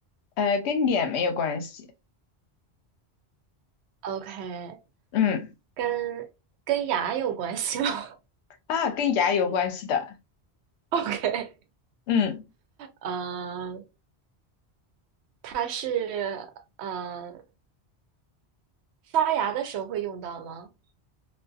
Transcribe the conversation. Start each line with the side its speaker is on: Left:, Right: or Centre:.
Left: 呃，跟脸没有关系。
Right: ？OK，
Left: 嗯，
Right: 跟跟牙有关系吗
Left: 啊，跟牙有关系的。
Right: <laughs>？OK，
Left: 嗯
Right: 呃，它是呃刷牙的时候会用到吗？